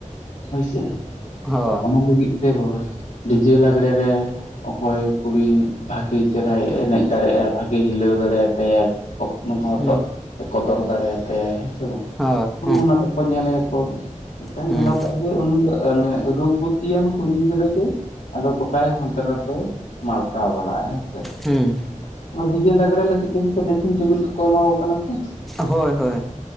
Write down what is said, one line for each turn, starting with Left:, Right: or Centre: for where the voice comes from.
Left: ᱦᱳᱭᱥᱮ ᱾
Centre: <unintelligible>
Left: ᱚᱱᱟ ᱞᱟᱹᱜᱤᱫ ᱛᱮ ᱰᱤᱡᱮ ᱞᱟᱜᱽᱲᱮ ᱨᱮ ᱚᱠᱚᱭ ᱠᱩᱲᱤ ᱵᱷᱟᱜᱮ ᱪᱮᱨᱦᱟᱭ ᱮᱱᱮᱡ ᱫᱟᱲᱮᱭᱟᱜᱼᱟ ᱵᱷᱟᱜᱮ ᱦᱤᱞᱟᱹᱣ ᱫᱟᱲᱮᱭ ᱟᱛᱟᱭᱟ ᱦᱚᱴᱚᱜ
Centre: ᱦᱮᱸ
Left: ᱮ ᱠᱚᱫᱚᱨ ᱫᱟᱲᱮᱭ ᱟᱛᱟᱭᱟ ᱦᱮᱸ ᱥᱮ ᱵᱟᱝ
Centre: ᱦᱳᱭ
Left: ᱚᱱ
Centre: ᱦᱮᱸ
Left: ᱚᱱᱟ ᱠᱚ ᱧᱮᱞᱮᱭᱟᱠᱚ ᱢᱤᱫᱴᱟᱝ
Centre: ᱦᱮᱸ
Left: ᱧᱮᱞᱚᱜᱚᱜᱼᱟ ᱡᱮ ᱩᱱᱤ ᱫᱚ ᱚᱱᱮ ᱨᱩᱯ ᱵᱚᱛᱤᱭᱟᱱ ᱠᱩᱲᱤ ᱜᱤᱫᱽᱨᱟᱹ ᱜᱮ ᱟᱫᱚ ᱜᱳᱚᱴᱟᱭ ᱦᱟᱱᱛᱮ ᱱᱟᱛᱮ ᱢᱟᱞᱠᱟᱣ ᱵᱟᱲᱟᱜᱼᱟ ᱦᱮᱸ ᱥᱮ ᱾
Centre: ᱦᱮᱸ
Left: ᱚᱱᱟ ᱰᱤᱡᱮ ᱞᱟᱜᱽᱲᱮ ᱞᱟᱹᱜᱤᱫ ᱛᱮ ᱰᱨᱮᱥᱤᱝ ᱴᱮᱵᱤᱞ ᱠᱚᱠᱚ ᱮᱢᱟ ᱠᱚ ᱠᱟᱱᱟ ᱥᱮ,
Centre: ᱦᱳᱭ ᱦᱳᱭ